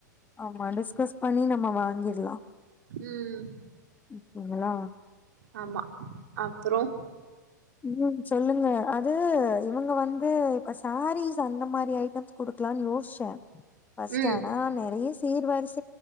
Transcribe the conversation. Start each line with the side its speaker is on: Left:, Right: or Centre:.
Left: ஆமா டிஸ்கஸ் பண்ணி நம்ம வாங்கிர்லா
Right: ம்
Left: ஓகேங்களா
Right: ஆமா அப்பறோ
Left: ம் சொல்லுங்க அது இவங்க வந்து இப்ப சாரீஸ் அந்த மாரி ஐட்டம்ஸ் குடுக்கலானு யோஸ்ச்சே ஃபர்ஸ்ட்
Right: ம்
Left: ஆனா நறய சீர் வரிஸ்